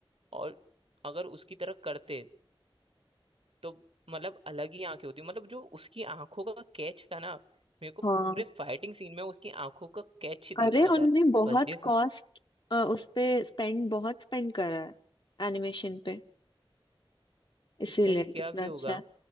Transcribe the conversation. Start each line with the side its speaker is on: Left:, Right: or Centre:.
Right: और अगर उसकी तरह करते तो मतलब अलग ही आंखें होती मतलब जो उसकी आंखों का कैच था ना मेरे को पूरे
Left: हाँ
Right: फाइटिंग सीन में उसकी आंखों का कैच ही
Left: अरे
Right: देख रहा
Left: उनने
Right: था
Left: बहुत
Right: बस ये
Left: कॉस्ट
Right: सब
Left: उस पे स्पेंड बहुत स्पेंड करा है एनिमेशन पे इसीलिए
Right: स्पेंड किया
Left: कितना
Right: भी होगा
Left: अच्छा है